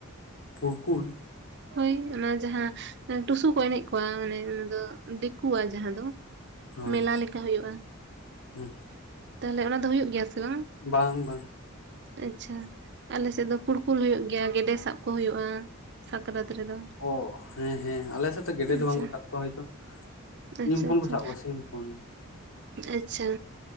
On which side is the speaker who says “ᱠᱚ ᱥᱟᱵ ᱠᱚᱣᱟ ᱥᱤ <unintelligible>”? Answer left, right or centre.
Left